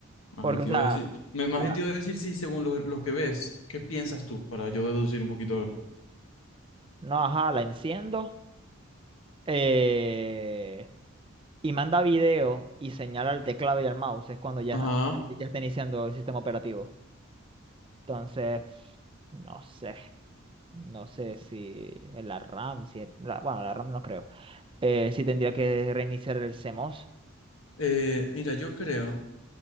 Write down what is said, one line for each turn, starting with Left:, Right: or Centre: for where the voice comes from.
Left: más
Right: Porque,
Left: bien te
Right: o sea,
Left: iba a decir, me- más
Right: la-
Left: bien te iba a decir, sí, según los, los que ves, ¿qué piensas tú? Para yo deducir un poquito. a
Right: no, ajá, la enciendo eh, y manda video y señala el teclado y el mouse, es cuando ya,
Left: Ajá.
Right: ya está iniciando el sistema operativo. Entonces, no sé, no sé si es la RAM, si es- la- bueno, la RAM no creo. Eh, si tendría que reiniciar el CMOS.
Left: Eh, mira, yo creo,